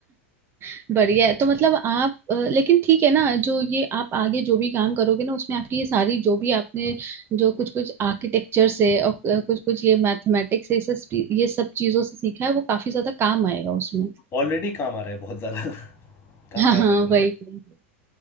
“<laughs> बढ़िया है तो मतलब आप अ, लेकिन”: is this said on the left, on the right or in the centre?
Right